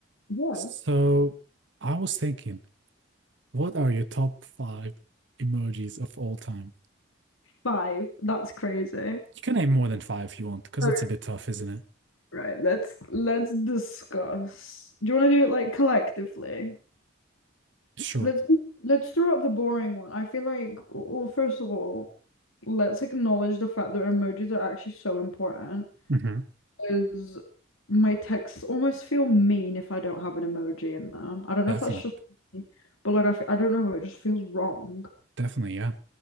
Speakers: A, on the left; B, on the right.
A: Yeah.
B: So I was thinking, what are your top five emojis of all time?
A: Five. That's crazy.
B: You can name more than five if you want, because
A: right.
B: that's
A: let
B: a bit tough, isn't it?
A: right, let's let's discuss. Do you want to do it like collectively?
B: Sure.
A: Let's let's throw out the boring one. I feel like, well, first of all, let's acknowledge the fact that emojis are actually so important.
B: hmm
A: Because my texts almost feel mean if I don't have an emoji in them. I don't know
B: Definitely.
A: if that's just me, but like I f I don't know, it just feels wrong.
B: Definitely, yeah.